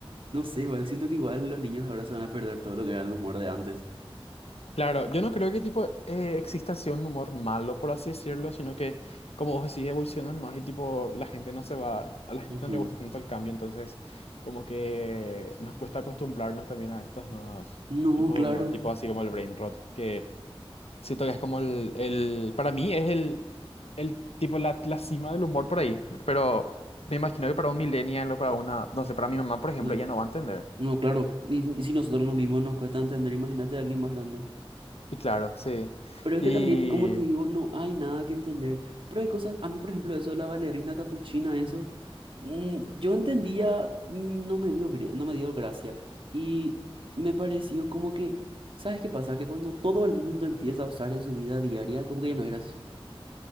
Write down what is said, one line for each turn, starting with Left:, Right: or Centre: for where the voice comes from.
Right: No sé, igual siento que igual los niños de ahora se van a perder todo lo que era el humor de antes.
Left: Claro, yo no creo que tipo eh, exista así un humor malo, por así decirlo, sino que, como vos decís, evolucionan más y tipo la gente no se va, a la gente
Right: Ujú.
Left: no le gusta tanto el cambio, entonces como que nos cuesta acostumbrarnos también a estos nuevos
Right: No,
Left: tipos
Right: claro.
Left: de humor, tipo así como el brain rot, que siento que es como el, el para mí es el, el tipo la, la cima del humor por ahí, pero me imagino que para un millennial o para una, no sé, para mi mamá, por ejemplo,
Right: sí.
Left: ella no va a entender.
Right: No, claro. Y, y si nosotros los mismos nos cuesta entender, imagínate a alguien más grande.
Left: Y claro, sí.
Right: Pero es
Left: Y...
Right: que también, como te digo, no hay nada que entender. Pero hay cosas, a mí por ejemplo, eso de la bailarina capuchina, eso. Mm, Yo entendía, mm, no me dio, gri- no me dio gracia y me pareció como que, ¿sabes qué pasa? Que cuando todo el mundo empieza a usar en su vida diaria, como que ya no es gracioso.